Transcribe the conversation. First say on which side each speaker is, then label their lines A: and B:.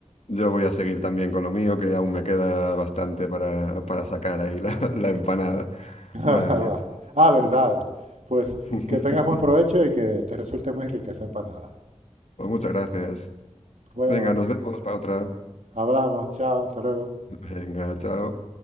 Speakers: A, on the left (about 70°); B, on the right (about 75°).
A: Yo voy a seguir también con lo mío, que aún me queda bastante para, para sacar ahí la, <laughs> la empanada.
B: <laughs>
A: Madre mía.
B: Ah, verdad. Pues
A: <laughs>
B: que tengas buen provecho y que te resulte muy rica esa empanada.
A: Pues muchas gracias.
B: Bueno,
A: Venga, nos vemos para otra.
B: hablamos, chao, hasta luego.
A: Venga, chao.